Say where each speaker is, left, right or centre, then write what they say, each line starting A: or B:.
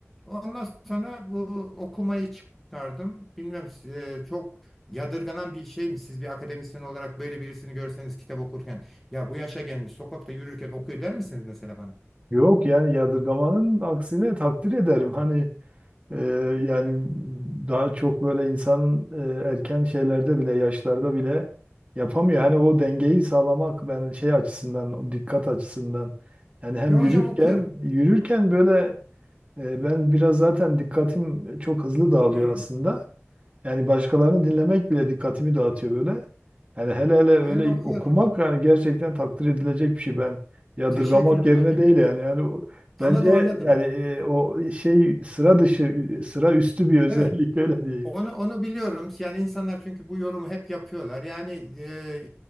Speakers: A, in the centre; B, on the right.
A: Ondan sonra bu okumayı çıkardım. Bilmem e, çok Yadırganan bir şey mi? Siz bir akademisyen olarak böyle birisini görseniz kitap okurken ya bu yaşa gelmiş sokakta yürürken okuyor der misiniz mesela bana?
B: Yok yani yadırgamanın aksine takdir ederim. Hani e, yani daha çok böyle insanın e, erken şeylerde bile yaşlarda bile yapamıyor. Hani o dengeyi sağlamak ben şey açısından o dikkat açısından yani hem
A: Ya
B: yürürken
A: hocam okuyorum.
B: yürürken böyle E, Ben biraz zaten dikkatim çok hızlı dağılıyor
A: Hmm.
B: aslında. Yani başkalarını dinlemek bile dikkatimi dağıtıyor böyle. Yani hele hele öyle
A: Ben okuyorum
B: okumak
A: hocam.
B: yani gerçekten takdir edilecek bir şey. Ben yadırgamak
A: Teşekkür ederim
B: yerine
A: hocam.
B: değil yani. Yani o-
A: Anladım
B: bence
A: anladım.
B: yani e, o şey sıra dışı, sıra üstü bir özellik
A: Evet.
B: <laughs> öyle diyeyim.
A: Onu onu biliyorum. Yani insanlar çünkü bu yorumu hep yapıyorlar. Yani e,